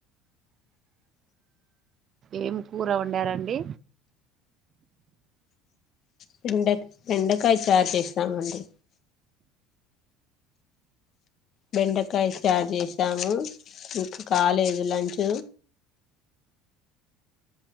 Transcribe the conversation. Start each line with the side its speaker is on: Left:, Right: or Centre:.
Right: ఏం కూర వండారండి
Left: బెండ బెండకాయ చారు చేసినమంది బెండకాయస్త చేసాము ఇంకా కాలేజ్ లంచ్